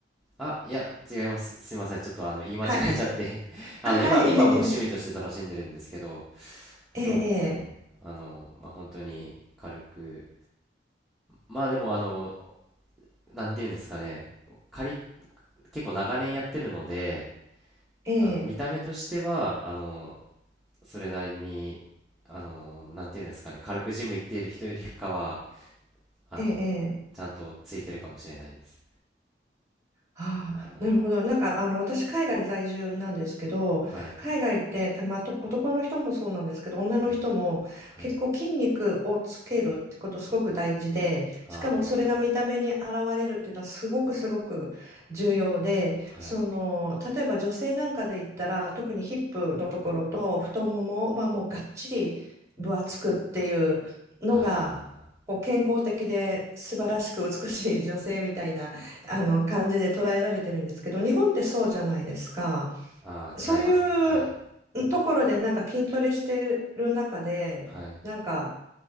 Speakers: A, in the centre; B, on the right.
A: あいや違います。すいませんちょっとあの言い間違えちゃって
B: はい。
A: <laughs> あの今、
B: あ、はい。
A: 今も趣味として楽しんでるんですけど
B: ええ
A: そうですねあのまあ本当に軽く
B: ええ
A: まあでもあのなんていうんですかね仮結構長年やってるので
B: えええ
A: あの見た目としてはあのそれなりにあのなんていうんですかね軽くジム行っている人よりかはあのちゃんとついてるかもしれないです。
B: えええええああ、
A: あ
B: なるほど。なんか、あの、私、海外在住なんですけど、
A: ーはい
B: 海外って、まあ、と男の人もそうなんですけど、女の人も結構筋肉をつけるってことすごく大事で、
A: はいはいあ
B: しかもそれが見た目に現れるっていうのはすごくすごく重要で、
A: ーはい
B: その、例えば女性なんかで言ったら、特にヒップのところと太ももはもうがっちり分厚くっていうのが、
A: あ
B: こう健康的で素晴らしく美しい女性みたいな。あの感じで捉えられてるんですけど、日本ってそうじゃないですか。
A: ーあー違いますねはい
B: そういうところでなんか筋トレしてる中で、
A: はい
B: なんか